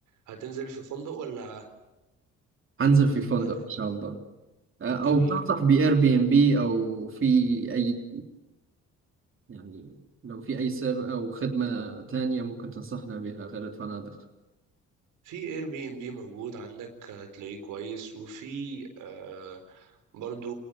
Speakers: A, on the right; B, on the right.
A: هتنزل في فندق ولا
B: هنزل في فندق
A: هت-
B: إن شاء الله آه
A: جميل
B: أو تنصح بإير بي إم بي أو في أي يعني لو في أي سبب أو خدمة تانية ممكن تنصحنا بها غير الفنادق
A: في اير بي ام بي موجود عندك هتلاقيه كويس وفي آه، برضو